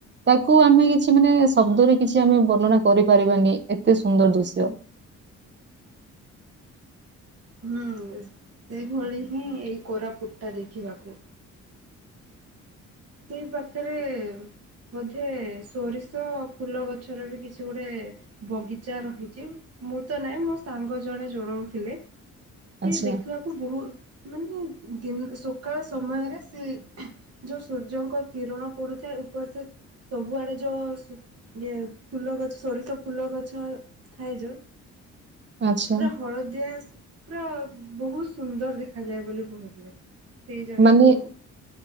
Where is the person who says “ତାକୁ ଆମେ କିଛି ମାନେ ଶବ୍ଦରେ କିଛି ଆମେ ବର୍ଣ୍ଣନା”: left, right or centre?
Right